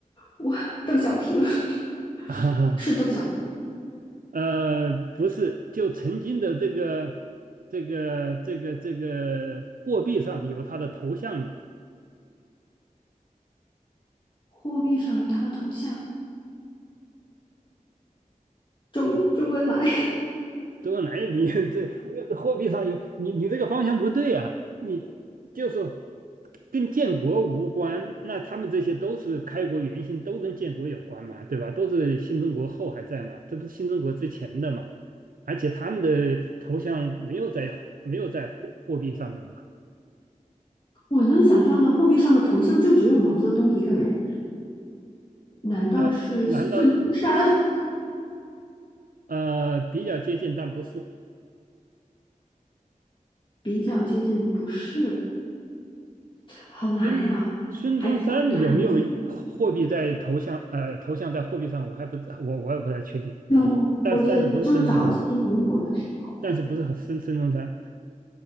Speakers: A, on the left; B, on the right.
A: 我邓小平
B: <laughs> 啊，
A: <laughs> 是邓小平，
B: 呃，不是，就曾经的这个这个这个这个货币上有他的头像的。
A: 货币上有他的头像，周周恩来。
B: 周恩来，你 <laughs> 这货币上有你你这个方向不对啊！你就是跟建国无关，那他们这些都是开国元勋，都跟建国有关嘛，对吧？都是新中国后还在嘛，这不是新中国之前的嘛？而且他们的头像没有在没有在货货币上面嘛？
A: <laughs> 我能想象的货币上的头像就只有毛泽东一个人，难道是孙中山？
B: 啊、难道
A: <laughs>
B: 呃比较接近，但不是
A: 比较接近，不是，好难呀，
B: 孙孙中山有没有一货币在头像呃头像在货币上？
A: 还是一个男性。
B: 我还不我我也不太确定。
A: 有，
B: 但是但是不是孙中山，
A: 我觉得就是早期民国的时候，
B: 但是不是很孙孙中山